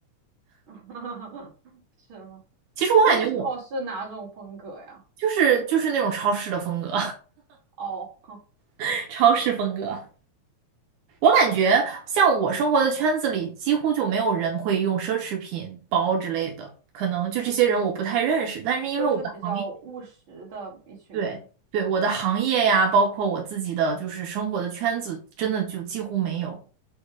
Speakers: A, on the right (about 45°); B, on the right (about 75°).
A: <laughs> 是吗
B: <laughs> 其实我感觉我
A: ？Costco 是哪种风格呀？
B: 就是就是那种超市的风格，
A: 哦，哼
B: <laughs> 超市风格。我感觉像我生活的圈子里，几乎就没有人会用奢侈品包之类的，可能就这些人我不太认识。但是因为我的行业，
A: 都是比较务实的一群人。
B: 对对，我的行业呀，包括我自己的就是生活的圈子，真的就几乎没有。